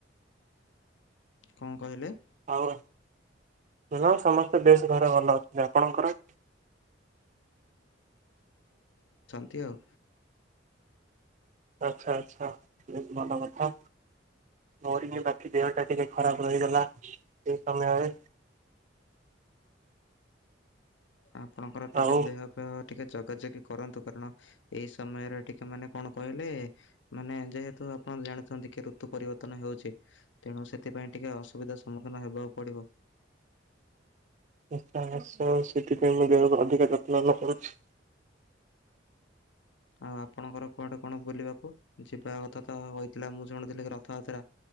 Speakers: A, on the left; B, on the right.
A: କଣ କହିଲେ?
B: ଆଉ, ନା ସମସ୍ତେ ବେଶ୍ ଘରେ ଭଲ ଅଛନ୍ତି। ଆପଣଙ୍କର?
A: ତି ଆଉ।
B: ଆଚ୍ଛା ଆଚ୍ଛା ବହୁତ ଭଲ କଥା ମୋର ହି ବାକି ଦେହ ଟା ଟିକେ ଖରାପ ରହିଗଲା ସେଇ ସମୟରେ।
A: ଆପଣଙ୍କର ଟିକେ
B: ଆଉ
A: ଦେହ ଫେହ ଟିକେ ଯଗାଯଗି କରନ୍ତୁ କାରଣ ଏଇ ସମୟରେ ଟିକେ ମାନେ କଣ କହିଲେ ମାନେ ଯେହେତୁ ଆପଣ ଜାଣିଛନ୍ତି କି ଋତୁ ପରିବର୍ତ୍ତନ ହେଉଛି ତେଣୁ ସେଥିପାଇଁ ଟିକେ ଅସୁବିଧା ସମ୍ମୁଖୀନ ହେବାକୁ ପଡିବ।
B: ନିଶ୍ଚୟ ନିଶ୍ଚୟ ସେଥିପାଇଁ ମୁଁ ଦେହକୁ ଅଧିକା ଯତ୍ନ ନ କରୁଛି।
A: ଆଉ ଆପଣଙ୍କର କୁଆଡେ କଣ ବୁଲିବାକୁ ଯିବା କଥା ତ ହୋଇଥିଲା। ମୁଁ ଶୁଣୁଥିଲି କି ରଥଯାତ୍ରା